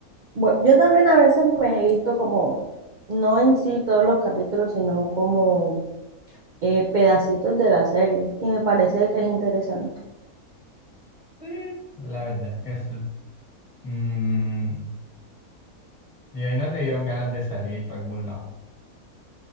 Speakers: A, on the right (about 70°); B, on the left (about 20°).
A: Bueno, yo también a veces me he visto como, no en sí todos los capítulos, sino como eh, pedacitos de la serie y me parece que es interesante.
B: Sí, la verdad es que sí. Mm, y ahí no te dieron ganas de salir y para algún lado.